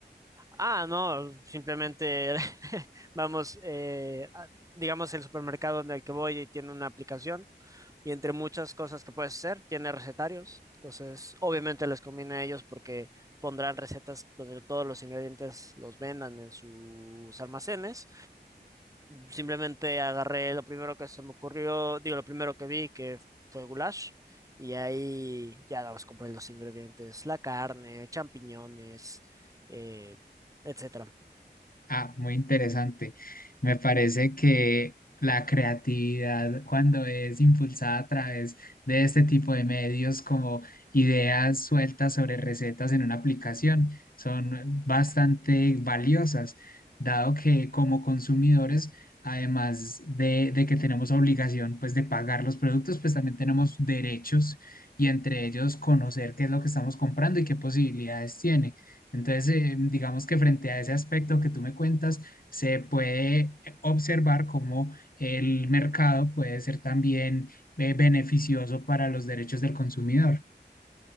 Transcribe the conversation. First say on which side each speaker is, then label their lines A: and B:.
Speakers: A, on the right; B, on the left.
A: Ah, no, simplemente <laughs> vamos, eh, a- digamos, el supermercado en el que voy tiene una aplicación y entre muchas cosas que puedes hacer, tiene recetarios. Entonces, obviamente les conviene a ellos porque pondrán recetas donde todos los ingredientes los vendan en sus almacenes. Simplemente agarré lo primero que se me ocurrió, digo, lo primero que vi que fue goulash, y ahí ya nada más compré los ingredientes, la carne, champiñones, eh, etcétera.
B: Ah, muy interesante. Me parece que la creatividad, cuando es impulsada a través de este tipo de medios, como ideas sueltas sobre recetas en una aplicación, son bastante valiosas, dado que como consumidores, además de, de que tenemos obligación pues de pagar los productos, pues también tenemos derechos y entre ellos conocer qué es lo que estamos comprando y qué posibilidades tiene. Entonces, eh, digamos que frente a ese aspecto que tú me cuentas, se puede eh, observar cómo el mercado puede ser también eh, beneficioso para los derechos del consumidor.